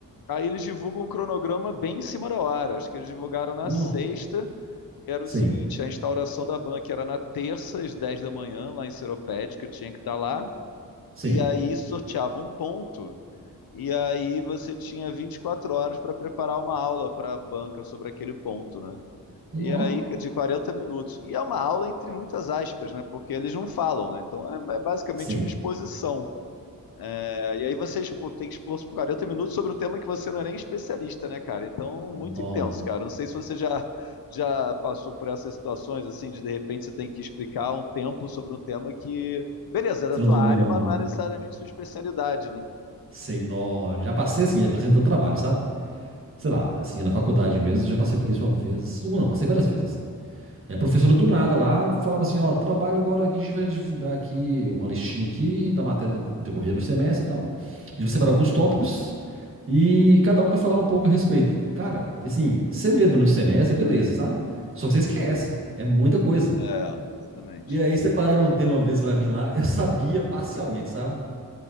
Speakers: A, on the left; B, on the right.
A: aí eles divulgam um cronograma bem em cima da hora, acho que eles divulgaram na
B: Nó.
A: sexta, e era
B: Sim.
A: o seguinte, a instauração da banca era na terça, às 10 da manhã, lá em Seropédica, eu tinha que estar lá,
B: Sim.
A: e aí sorteava um ponto e aí você tinha 24 horas para preparar uma aula para a banca sobre aquele ponto, né?
B: Nó.
A: E aí, de 40 minutos. E é uma aula entre muitas aspas, né? Porque eles não falam, né? Então é, é basicamente
B: Sim.
A: uma exposição. É, e aí você expo- tem que expor por 40 minutos sobre um tema que você não é nem especialista, né, cara? Então,
B: Nó.
A: muito intenso, cara. Não sei se você já, já passou por essas situações, assim, de de repente você tem que explicar um tempo sobre um tema que, beleza, é da
B: Você
A: tua
B: não domina
A: área, mas
B: muito.
A: não é necessariamente sua especialidade, né?
B: Sim, nó. Já passei, assim, apresentando trabalho, sabe? Sei lá, assim, na faculdade mesmo, já passei por isso uma vez. Uma não, passei várias vezes, assim. A
A: Uhum.
B: professora do nada lá falava assim, ó, trabalho agora aqui, a gente vai divulgar aqui uma listinha aqui da matéria decorrer no semestre e tal. A gente vai separar alguns tópicos e cada um vai falar um pouco a respeito. Cara, assim, você vê durante o semestre, beleza, sabe? Só que você esquece, é muita coisa.
A: É, exatamente.
B: E aí separaram um tema uma vez pra mim lá, eu sabia parcialmente, sabe?